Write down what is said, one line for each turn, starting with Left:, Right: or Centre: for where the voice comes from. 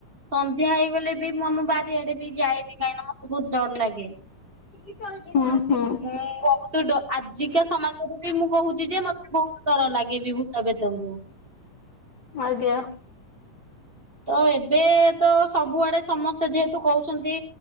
Right: ସନ୍ଧ୍ୟା ହେଇଗଲେ ବି ମୁଁ ଆମ ଚାରିଆଡ଼େ ବି ଯାଇନି କାହିଁକି ନା ମତେ ବୋହୁତ୍ ଡର ଲାଗେ।
Left: ଉଁ ହୁଁ।
Right: ମୁଁ ବହୁତ ଡ ଆଜିକା ସମାଜରେ ବି ମୁଁ କହୁଛି ଯେ ମ ବୋହୁତ ଡର ଲାଗେ ବି ଭୁତ ପ୍ରେତଙ୍କୁ।
Left: ଆଜ୍ଞା।
Right: ତ ଏବେ ତ ସବୁଆଡ଼େ ସମସ୍ତେ ଯେହେତୁ କହୁଛନ୍ତି